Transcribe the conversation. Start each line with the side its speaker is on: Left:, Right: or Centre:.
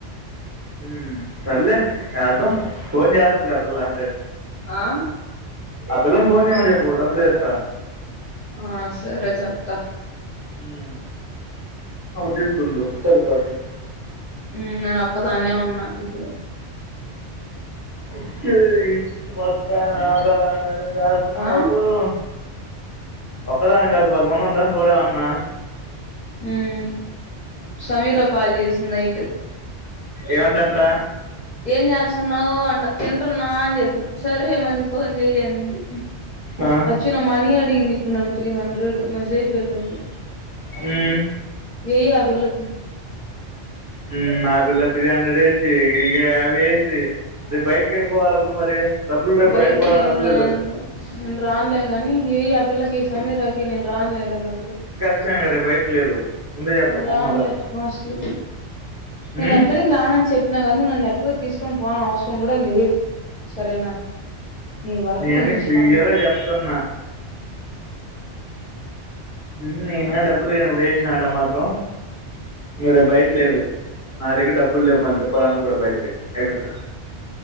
Right: హ్మ్ సర్లే యాద్దాం ఫోన్ చేస్తది గా ఆ పిల్ల అటే
Left: ఆ
Right: ఆ పిల్లను ఫోన్ జేయమని చెప్పు డబ్బులు ఎస్తా
Left: ఆ సరే చెప్తా
Right: హ్మ్ అప్పుడు తీసుకుందు సరిపోద్ది
Left: హ్మ్ నేను ఒక్కదాన్నే ఉన్నా ఇప్పుడు
Right: వచ్చేయ్ <unintelligible>
Left: ఆ
Right: ఒక్కదాని కాపోతే పది మంది ఉందా తోడు ఎవ్వన్నా
Left: హ్మ్ సమీరా కాల్ చేసింది నైట్
Right: ఏంటంట
Left: ఏం చేస్తున్నావు అంట తింటున్నా అని చెప్పిన సరే మళ్ళీ ఫోన్ చెయ్ అనింది
Right: ఆ
Left: వచ్చ తను మనీ అడిగింది ఇప్పుడు నన్ను త్రీ హండ్రెడ్ మెసేజ్ పెట్టింది
Right: మ్మ్
Left: ఎయ్ ఆ పిల్లకి.
Right: ఉమ్ ఆ పిల్లకీ త్రీ హండ్రెడ్ ఏసి, ఈ ఇగా యాభై ఏసి, రేప్ బైటికెట్టపోవాలి అప్పుడు మరి డబ్బులు రేపు
Left: బైటికేం
Right: బయట పోవడానికి డబ్బులే
Left: లేదు.
Right: లేవు
Left: నేను రాన్లే గానీ, ఎయ్ ఆ పిల్లకి సమీరకేయ్. నేన్ రాన్లే రేపక్కడికి.
Right: ఛ ఇంగ రేప్ బయటికి లేదు. ముందే చెప్తా
Left: నేను
Right: మొహమాట
Left: రాన్లే
Right: లేకుండా
Left: మోస్ట్లీ నేను
Right: ఉమ్
Left: ఎక్కడి రానని చెప్పిన గద, నన్ను ఎప్పుడు తీస్కొని పోనవస్రం కూడ లేదు. సరేనా! నీ వరకు
Right: నేను
Left: నువ్వు చూసుకో
Right: క్లియర్గా
Left: అంతే.
Right: చెప్తున్నా. మ్హు నేన్ గాని డబ్బులు కానీ ఇప్పుడు ఏసిన అంటె మాత్రం, ఇంగ రేపు బయట లేదు. నా దగ్గర డబ్బులు లేవు మళ్ళీ తిప్పాలన్నా కూడ బైటకి, ఎక్కడికి.